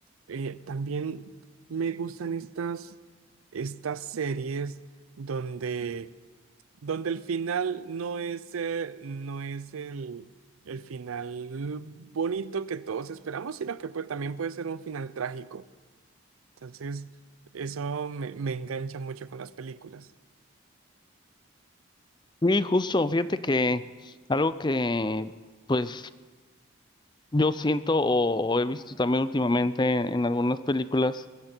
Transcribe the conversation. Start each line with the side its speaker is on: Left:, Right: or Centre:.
Right: Eh, también me gustan estas, estas series donde donde el final no es, eh, no es el, el final bonito que todos esperamos, sino que pues, también puede ser un final trágico. Entonces, eso me, me engancha mucho con las películas.
Left: Y justo, fíjate que algo que pues yo siento o o he visto también últimamente en algunas películas